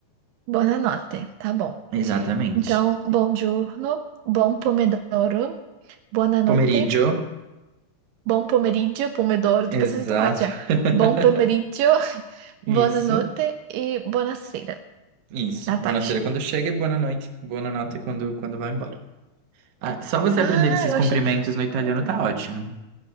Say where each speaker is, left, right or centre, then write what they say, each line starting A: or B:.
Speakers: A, on the right; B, on the right.
A: Buonanotte, tá bom.
B: Exatamente.
A: Então, bom giorno, bom pomodoro, buonanotte,
B: Pomeriggio.
A: bom pomeriggio, pomodoro,
B: Exato.
A: tô pensando em tomate já.
B: <laughs>
A: Bom pomeriggio, <laughs> buonanotte
B: Isso,
A: e buonasera,
B: isso.
A: Natasha.
B: Boa sera quando chega e boa noite, boa noite quando quando vai embora. Ah, só você
A: Ah,
B: aprender esses
A: eu
B: cumprimentos
A: achei que fosse
B: no italiano
A: conta,
B: tá
A: né?
B: ótimo,